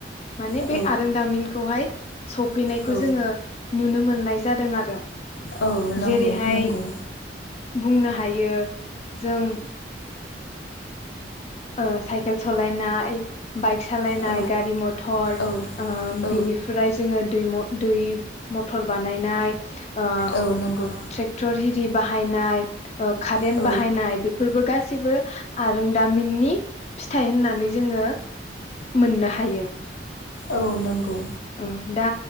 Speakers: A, on the left; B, on the left.
A: माने
B: औ
A: बे आरोंदामिनखौहाय सफैनायखौ
B: औ
A: जोङो नुनो मोन नाय जादों आरो
B: औ नंगौ
A: जेरैहाय
B: नंगौ।
A: बुंनो हायो जों ओ साइकेल सलायनाय बाइक सालायनाय
B: औ
A: गारि मथर
B: औ
A: ओ
B: औ
A: बिनिफ्राय जोङो दै म दै मथर बानायनाय। ओ
B: औ नंगौ
A: ट्रेक्टर हि रि बाहायनाय ओ खारेन्त
B: औ
A: बाहायनाय बेफोरबो गासैबो आरोंदामिननि फिथाइ होननानै जोङो मोननो हायो।
B: औ नंगौ।
A: ओ दा